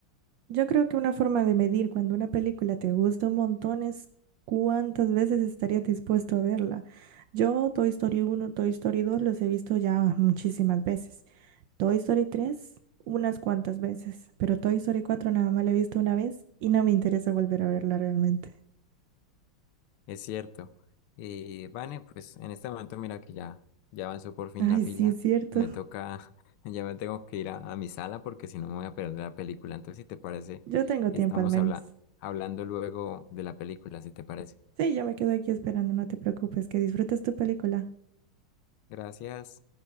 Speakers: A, on the right; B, on the left.
A: Yo creo que una forma de medir cuando una película te gusta un montón es cuántas veces estarías dispuesto a verla. Yo Toy Story uno, Toy Story dos los he visto ya muchísimas veces. Toy Story tres unas cuantas veces, pero Toy Story cuatro nada más la he visto una vez y no me interesa volver a verla realmente.
B: Es cierto. Y Vane, pues en este momento mira que ya, ya avanzó por fin
A: Ay,
B: la fila.
A: sí, es cierto.
B: Me toca, <laughs> ya me tengo que ir a, a mi sala porque si no me voy a perder la película. Entonces, si te parece,
A: Yo tengo
B: estamos
A: tiempo al menos.
B: habla- hablando luego de la película, si te parece.
A: Sí, yo me quedo aquí esperando, no te preocupes, que disfrutes tu película.
B: Gracias.